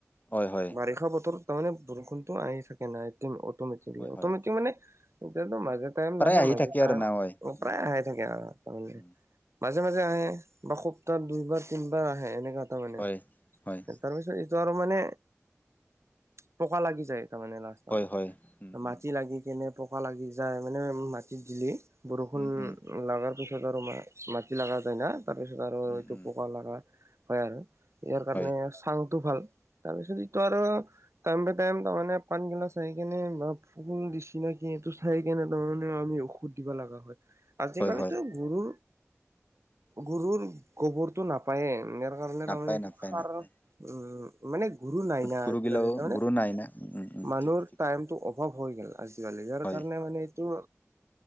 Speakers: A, on the left; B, on the right.
A: হয় হয়
B: বাৰিষা বতৰত তাৰমানানে বৰষুণতো আহি থাকে নাই অমেটিক।
A: হয় হয়
B: মানে এতিয়য়াাতো মাজে টাইম
A: প্ৰায়
B: নাহে
A: আহি
B: মাজে
A: থাকে
B: টাইম
A: আৰু না হয়
B: প্ৰায়
A: উম
B: আহাই থাকে আৰু তাৰমানে
A: উম
B: মাজে মাজে আহে বা সপ্তাহ দুইবাৰ তিনিবাৰ আহে এনেককা এটা মানে
A: হয় হয়
B: তাৰপিছত আৰু মানে পকা লাগি যায় তাৰ মে লাষ্টত
A: হয় হয় উম
B: ম
A: উম
B: কেনে পকা লাগি যায় মানে মাটিত দিলি বৰষুণ
A: উম উম
B: লগাৰ তাৰপিছত আৰু মা, মাটি লগা যায় না তাৰপিছত আৰু
A: উম
B: এইটো
A: উম
B: পোক লগা হয় আৰু। ইয়াৰ কাৰণে
A: হয়
B: চাং ভাল তাৰপিছত য আৰু টাইম টো টাইম তাৰ মমানে পান গিলা আহ কেনে সো দিছি নে কি এইটো চাই কেনে তাৰমানেও আমি ঔষধ দিবা লগা হয়। আজিকালিতো
A: হয় হয়
B: গুৰু, গুৰু গোবৰটো নাপায় এ ত, কাৰণে
A: নাপায়
B: তাৰমানে এইটো
A: নাপায়
B: সাৰ
A: নাপায়
B: উম, মানে গুৰু নাই না
A: গুৰুগিলাও
B: আজিকালি তাৰমানে
A: গুৰু নাই না উম উম উম
B: মানুহৰ
A: ঠিক ঠিক
B: টাইমটো অভাৱ হৈ গ'ল আজিকালি ইয়াৰ
A: হয়
B: কাৰণে মানে এইটো